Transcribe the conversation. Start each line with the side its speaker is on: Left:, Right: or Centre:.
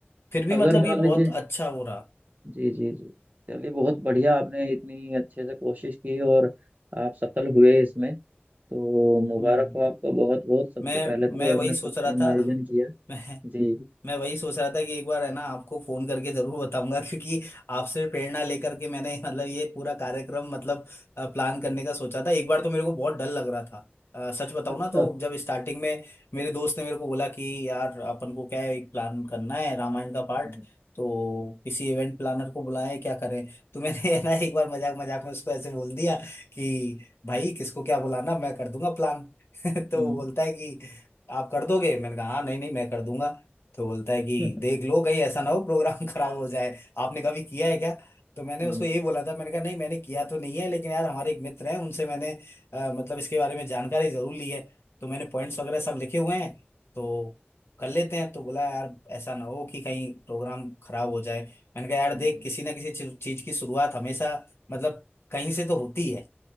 Left: फिर भी
Right: अगर
Left: मतलब
Right: मान
Left: ये
Right: लीजिए
Left: बहुत अच्छा हो रहा
Right: जी जी जी चलिए बहुत बढ़िया आपने इतनी अच्छे से कोशिश की और आप सफल हुए इसमें तो मुबारक
Left: हम्म हम्म।
Right: हो आपका बहुत बहुत सबसे
Left: मैं
Right: पहले तो
Left: मैं वही
Right: आपने
Left: सोच
Right: फर्स्ट
Left: रहा
Right: टाइम
Left: था
Right: आयोजन किया
Left: <laughs> मैं
Right: जी
Left: मैं वही सोच रहा था कि एक बार है ना आपको फोन करके जरूर बताऊंगा क्योंकि आपसे प्रेरणा लेकर के मैंने <laughs> मतलब ये पूरा कार्यक्रम मतलब प्लान करने का सोचा था एक बार तो मेरे को बहुत डर लग रहा था अ, सच बताऊं
Right: अच्छा
Left: ना तो जब स्टार्टिंग में मेरे दोस्त ने मेरे को बोला कि यार अपन को क्या है एक प्लान करना है रामायण का पार्ट
Right: हम्म
Left: तो किसी इवेंट प्लानर को बुलाएं क्या करें तो मैंने <laughs> है ना एक बार मजाक मजाक में उसको ऐसे बोल दिया कि भाई किसको क्या बुलाना मैं कर दूंगा प्लान <laughs> तो
Right: हम्म
Left: वो बोलता है कि आप कर दोगे मैंने कहा हाँ नहीं नहीं मैं कर दूंगा तो बोलता है कि
Right: हम्म
Left: देख लो कहीं ऐसा ना हो प्रोग्राम <laughs> खराब हो जाए आपने कभी किया है क्या तो मैंने
Right: हम्म,
Left: उसको यही बोला था मैंने कहा नहीं मैंने किया तो नहीं है लेकिन यार हमारे एक मित्र हैं उनसे मैंने अ, मतलब इसके बारे में जानकारी जरूर ली है तो मैंने पॉइंट्स वगैरह सब लिखे हुए हैं तो कर लेते हैं तो बोला यार ऐसा ना हो कि कहीं प्रोग्राम खराब हो जाए मैंने कहा यार
Right: हम्म,
Left: देख किसी ना किसी चीज चीज की शुरुआत हमेशा मतलब कहीं से तो होती है